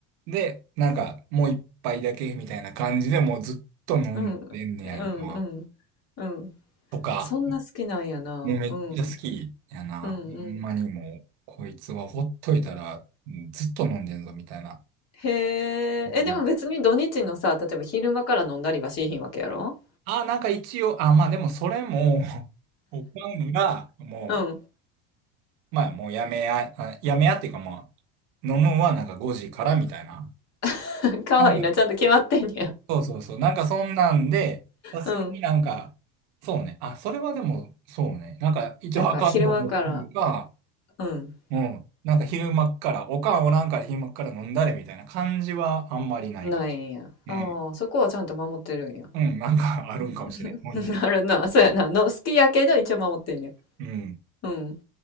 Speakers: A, on the right (about 70°); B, on the left (about 40°).
A: で、なんか、もう一杯だけみたいな感じでもうずっと飲んでんねやんか。
B: うん。うんうん。うん。
A: とか、
B: そんな好きなんやな。
A: もうめっちゃ好きやな。
B: うん。うんうん。
A: ほんまにもう、こいつはほっといたら、うんずっと飲んでんぞみたいな。
B: へえ。
A: うん
B: え、でも別に土日のさ、例えば昼間から飲んだりはしーひんわけやろ
A: あ、なんか一応、あ、まあでもそれも <laughs> おかんが、も
B: うん。
A: う、まあもうやめや、あやめやっていうかまあ、飲むんはなんか5時からみたいな。
B: <laughs> かわいいな。
A: なんか
B: ちゃんと決まってんや。
A: そうそうそう。なんかそんなんで、さすがになんか、
B: うん。
A: そうね。あ、それはでも、そうね。なんか一応あかんと思ってるが、
B: なんか昼間から、うん。
A: うん。なんか昼間っから、おかんおらんから昼間っから飲んだれみたいな感じはあんまりないかも。
B: ないんや。
A: うん。
B: ああ、そこはちゃんと守ってるんや。
A: うん、なんか <laughs> あるんかもしれん。
B: うん
A: もうに、
B: <laughs> あるな。そうやな。の、好きやけど一応守ってんや。
A: うん。
B: うん。